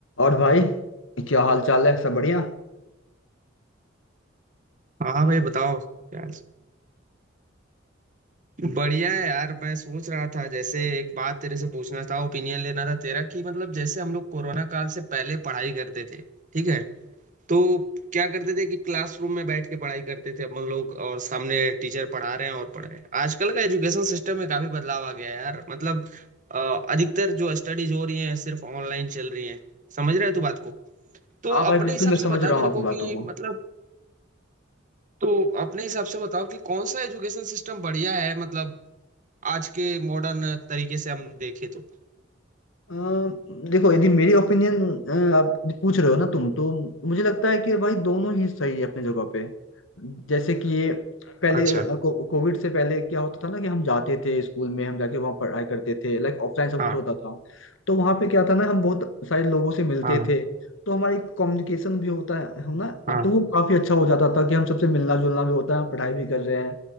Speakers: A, on the left; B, on the right.
A: और भाई क्या हाल चाल है सब बढ़िया
B: हाँ भाई बताओ यार बढ़िया है यार मैं सोच रहा था जैसे एक बात तेरे से पूछना था ओपिनियन लेना था तेरा कि मतलब जैसे हम लोग कोरोना काल से पहले पढ़ाई करते थे ठीक है तो क्या करते थे कि क्लासरूम में बैठ के पढ़ाई करते थे हम लोग और सामने टीचर पढ़ा रहे हैं और पढ़ रहे हैं आजकल का एजुकेशन सिस्टम में काफी बदलाव आ गया है यार मतलब अ, अधिकतर जो स्टडीज हो रही हैं सिर्फ ऑनलाइन चल रही हैं समझ रहे हो तू बात को तो
A: हाँ भाई
B: अपने
A: बिल्कुल
B: हिसाब
A: मैं समझ
B: से बता
A: रहा
B: मेरे
A: हूँ आपकी
B: को
A: बातों
B: कि
A: को
B: मतलब तो अपने हिसाब से बताओ कि कौन सा एजुकेशन सिस्टम बढ़िया है मतलब आज के मॉडर्न तरीके से हम देखें तो
A: अ, देखो यदि मेरी ओपिनियन आप पूछ रहे हो ना तुम तो मुझे लगता है कि भाई दोनों ही सही है अपनी जगह पे जैसे कि ये पहले
B: अच्छा
A: अ, को, कोविड से पहले क्या होता था ना कि हम जाते थे स्कूल में हम जाके वहाँ पढ़ाई करते थे लाइक ऑफलाइन सब
B: हाँ
A: कुछ होता था तो वहाँ पे क्या था ना हम बहुत सारे लोगों से मिलते
B: हाँ
A: थे तो हमारी कम्युनिकेशन भी होता है है ना तो
B: हाँ
A: वो काफी अच्छा हो जाता था कि हम सबसे मिलना जुलना भी होता है पढ़ाई भी कर रहे हैं